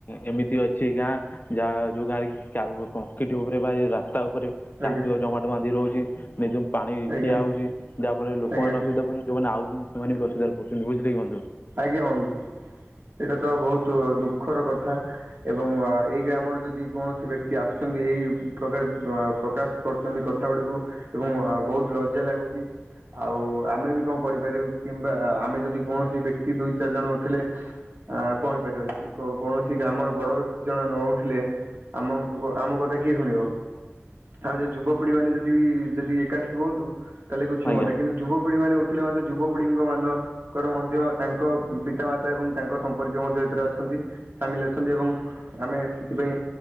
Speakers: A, on the left; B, on the right.
A: ଏମିତି ଅଛି ଗାଁ ଯାହା ଯୋଉ ଗାଁରେ କି କଂକ୍ରିଟ୍ ଉପରେ ବା ରାସ୍ତା ଉପରେ କାଦୁଅ
B: ଆଜ୍ଞା
A: ଜମାଟ ବାନ୍ଧି ରହୁଛି। ନେ ଯୋଉ ପାଣି
B: ଆଜ୍ଞା
A: ଠିଆ ହଉଛି ଯାହା ଫଳରେ ଲୋକମାନେ
B: ଆଜ୍ଞା
A: ଅସୁବିଧା ପୁଣି ଯଉମାନେ ଆଉଚନ୍ତି ସେମାନେ ବି ଅସୁବିଧାରେ ପଡୁଛନ୍ତି ବୁଝିଲେ କି ବନ୍ଧୁ
B: ଆଜ୍ଞା ବନ୍ଧୁ। ଏଇଟା ତ ବହୁତ ଦୁଃଖର କଥା। ଏବଂ ଏଇ ଗ୍ରାମରେ ଯଦି କୌଣସି ବ୍ୟକ୍ତି ଆସୁଛନ୍ତି ଏଇ ପ୍ରକାର ପ୍ରକାଶ କରୁଛନ୍ତି। କ କଥା ଗୁଡିକୁ ଏବଂ ବହୁତ ଲଜ୍ଜା ଲାଗୁଚି। ଆଉ ଆମେ ବି କଣ କରିପାରିବୁ କିମ୍ବା ଆମେ ଯଦି କୌଣସି ବ୍ୟକ୍ତି ଦୁଇ ଚାରି ଜଣ ଉଠିଲେ ଆ କହେଇପାରିବ ଯଦି କୌଣସି ଗ୍ରାମର ବଡ ବ୍ୟକ୍ତି ଜଣେ ନ ଉଠିଲେ ଆମଙ୍କ ଆମ କଥା କିଏ ଶୁଣିବ? ତାଯୁବପିଢି ମାନେ ଯଦି ବି ଯଦି ଏକାଠି ହୁଅନ୍ତୁ ତାହେଲେ କୁଛୁ
A: ଆଜ୍ଞା
B: ହୁଅନ୍ତା କିନ୍ତୁ ଯୁବପିଢି ମାନେ ଉଠିଲେ ମଧ୍ୟ ଯୁବପିଢ଼ି ଙ୍କ ମାନ ଙ୍କର ମଧ୍ଯ ତାଙ୍କ ପିତାମାତା ଏବଂ ତାଙ୍କ ସମ୍ପର୍କୀୟ ମଧ୍ୟ ଏଥିରେ ଅଛନ୍ତି। ସାମିଲ ଅଛନ୍ତି ଏବଂ ଆମେ ସେଥିପାଇଁ